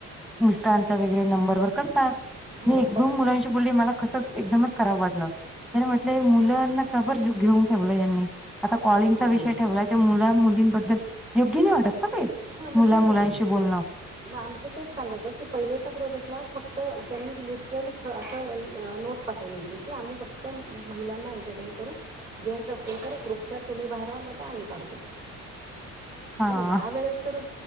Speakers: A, in the centre; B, on the right.
A: मिस्टरांच्या वगैरे नंबर वर करतात
B: हां
A: मी एक
B: पण
A: दोन मुलांशी बोलले मला कसंच एकदमच करावं वाटलं ते म्हटल मुलांना काबर घेऊन ठेवलं यांनी आता कॉलिंगचा
B: हां
A: विषय ठेवलाय ते मुला मुलींबद्दल योग्य नाही वाटत ह
B: हां मग
A: मुला
B: तेच
A: मुलांशी
B: ना
A: बोलणं
B: मग आमचं तेच चाललं होत की पहिलेच्या प्रोजेक्टला फक्त त्यांनी लिटरली ख असं नोट पाठवली होती की आम्ही फक्त महिलांना एंटरटेन करू जेंट्स असतील तर ग्रुपच्या तुम्ही बाहेरवा नाही तर आम्ही काढतो
A: हा
B: पण ह्या वेळेस तर